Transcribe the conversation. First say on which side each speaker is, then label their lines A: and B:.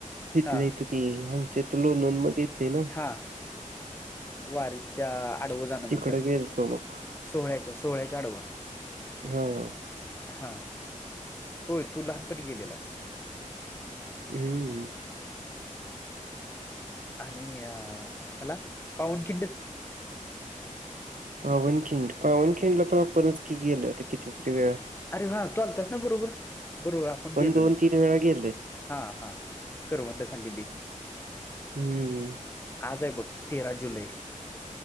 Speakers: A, on the right; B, on the left.
A: तिथलं
B: हा
A: येत ती आमच्या तर लोनन मधे येतय ना.
B: हा वारीच्या आडव जाणं म्हणत्यात
A: तिकडं गेलतो मग
B: सोहळ्याच्या. सोहळ्याच्या आडव
A: हम्म
B: हा, होय तू लहानपणी गेलेलास.
A: हम्म,
B: आणि अ ह्याला पावन किंड.
A: पावनखिंड, पावनखिंडला पण आपनच की गेलं तर किती तरी वेळा
B: अरे हा तू आलतस ना बरोबर, बरोबर आपण गेलेलो
A: दोन तीन वेळा गेलोय
B: हा हा करवंद खालेली
A: हम्म
B: आज आहे बघ तेरा जुलै.